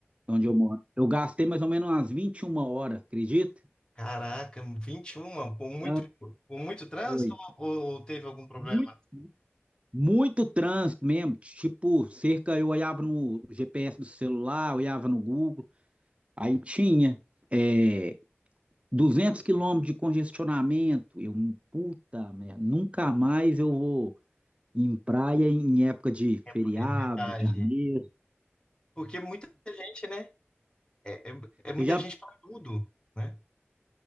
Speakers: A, on the right; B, on the left.
A: onde eu moro. Eu gastei mais ou menos umas 21 horas, acredita?
B: Caraca, vinte e um por muito,
A: Trânsito
B: por muito trânsito
A: Foi.
B: ou, ou teve algum problema?
A: Muito, muito trânsito mesmo, tipo, cerca, eu olhava no GPS do celular, olhava no Google, aí tinha é, 200 quilômetros de congestionamento. Eu, puta merda, nunca mais eu vou em praia em época de feriado,
B: É, é verdade.
A: janeiro.
B: Porque muita gente, né? É, é, é muita
A: Você já...
B: gente para tudo, né?